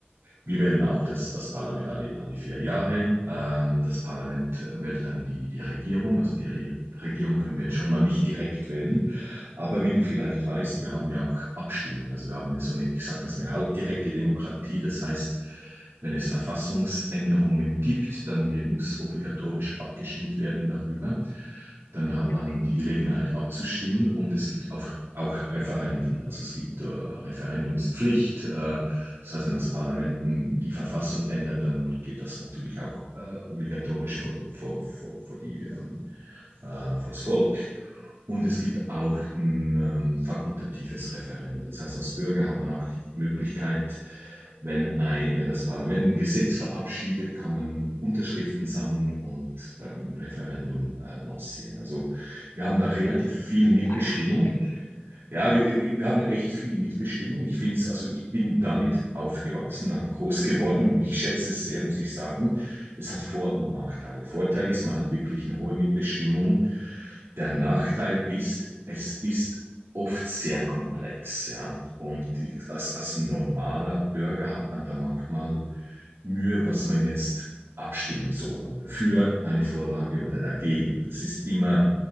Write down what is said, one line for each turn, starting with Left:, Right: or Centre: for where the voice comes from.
Right: wir wählen auch das, das Parlament alle, alle vier Jahre. Ähm, das Parlament äh, wählt dann die, die Regierung, also die Re Regierung können wir jetzt schon mal nicht direkt wählen, aber wie du vielleicht weißt, wir haben ja auch Abstimmungen. Also wir haben ja so eine, ich sage das, eine halbdirekte Demokratie. Das heißt, wenn es Verfassungsänderungen gibt, dann muss obligatorisch abgestimmt werden darüber. Dann hat
Left: Ja,
Right: man die Gelegenheit abzustimmen und es gibt auch, auch Referenden. Also es gibt äh, Referendumspflicht. Äh, das heißt, wenn das Parlament hm, die Verfassung ändert, dann geht das natürlich auch äh, obligatorisch vor, vor, vor, vor die, ähm, äh, vors Volk. Und es gibt auch ein ähm, fakultatives Referendum. Das heißt, als Bürger hat man auch die Möglichkeit, wenn, ein, wenn das Parlament ein Gesetz verabschiedet, kann man Unterschriften sammeln und dann ein Referendum äh, lancieren. Also wir haben da relativ
Left: mit der
Right: viel Mitbestimmung.
Left: die Einschränkung,
Right: Ja,
Left: Entschuldigung.
Right: wir, wir haben echt viel Mitbestimmung. Ich finde es, also ich bin damit aufgewachsen, äh, groß geworden. Ich schätze es sehr, muss ich sagen. Es hat Vor- und Nachteile. Vorteil ist, man hat wirklich eine hohe Mitbestimmung. Der Nachteil
Left: Mhm.
Right: ist, es ist oft sehr komplex, ja. Und ich, als, als normaler Bürger hat man da manchmal Mühe, was man jetzt abstimmen soll, also für eine Vorlage oder dagegen. Das ist immer